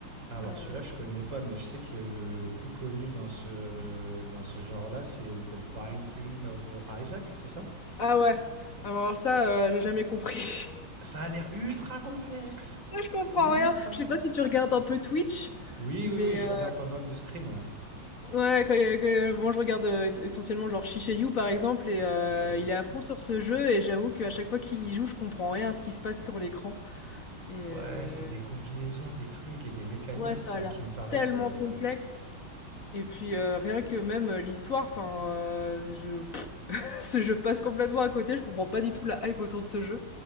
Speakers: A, on the right; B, on the left.
A: Alors
B: Heu
A: celui-là, je
B: Mmh.
A: connais pas, mais je sais que le, le plus connu dans ce, dans ce genre-là, c'est The Binding of Isaac, c'est ça?
B: ah ouais! Alors ça, heu, j'ai jamais compris.
A: Ça a l'air ultra complexe.
B: <laughs> Moi je comprends
A: Ultra.
B: rien. Je sais pas si tu regardes un peu Twitch,
A: Oui,
B: mais
A: oui, oui, je
B: heu
A: regarde pas mal de streams, ouais.
B: ouais, que que moi je regarde, heu, essentiellement genre Shiseiyu par exemple et heu,
A: Ok.
B: il est à fond sur ce jeu et j'avoue qu'à chaque fois qu'il y joue, je comprends rien à ce qui se passe sur l'écran et
A: Ouais,
B: heu,
A: c'est des combinaisons, des trucs et des mécanismes,
B: ouais, ça
A: enfin,
B: a l'air
A: qui me paraissent
B: tellement
A: euh,
B: complexe. Et puis euh, rien que même euh, l'histoire, enfin, euh, je, <laughs> ce- je passe complètement à côté, je comprends pas du tout la hype autour de ce jeu.